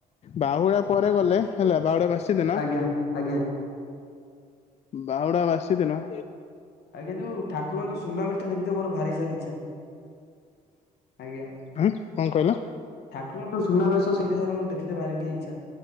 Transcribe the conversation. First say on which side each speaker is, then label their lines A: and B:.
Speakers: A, on the left; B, on the left.
A: ବାହୁଡା ପରେ ଗଲେ ହେଲା ବାଉଡା ବାସି ଦିନ
B: ଆଜ୍ଞା। ଆଜ୍ଞା
A: ବାଉଡା ବାସି ସେଦିନ
B: ଆଜ୍ଞା ଯୋଉ ଠାକୁରଙ୍କ ଯୋଉ ସୁନାବେଶ ଟା ଦେଖିଥେ ମୋର ଭାରି ସାରି ଇଚ୍ଛା। ଆଜ୍ଞା
A: ହଁ କଣ କହିଲ?
B: ଠାକୁର ମ ତୁ ସୁନାବେସ ସେଇଟା ସାର ମୋ ଦେଖି ଭାର ଟିକେ ଇଚ୍ଛା।